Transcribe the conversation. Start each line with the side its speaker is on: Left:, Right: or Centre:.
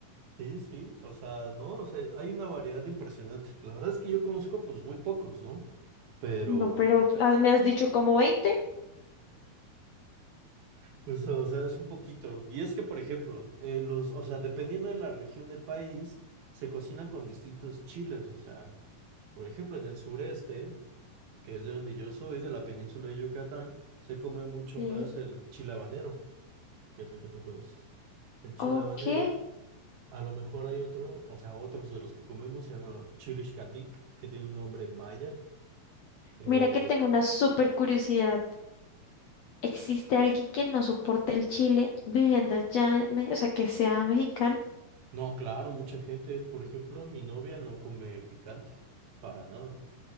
Right: sí, sí, o sea, no, o sea, hay una variedad impresionante. La verdad es que yo conozco pues muy pocos, ¿no? Pero,
Left: No, pero ah, me has dicho como veinte
Right: pues, o sea, es un poquito. Y es que, por ejemplo, eh, los, o sea, dependiendo de la región del país, se cocinan con distintos chiles, o sea, por ejemplo, en el sureste, que es de donde yo soy, de la península de Yucatán, se come mucho
Left: Sí.
Right: más el chile habanero. que es el que tú conoces. El chile
Left: Ok.
Right: habanero, a lo mejor hay otro, o sea, otros de los que comemos, se llama Xcatlic, que tiene un nombre en maya. Eh,
Left: Mira que tengo una súper curiosidad. ¿Existe alguien que no soporte el chile viviendo allá, en Me- o sea, que sea mexicano?
Right: no, claro, mucha gente, por ejemplo, mi novia no come picante, para nada.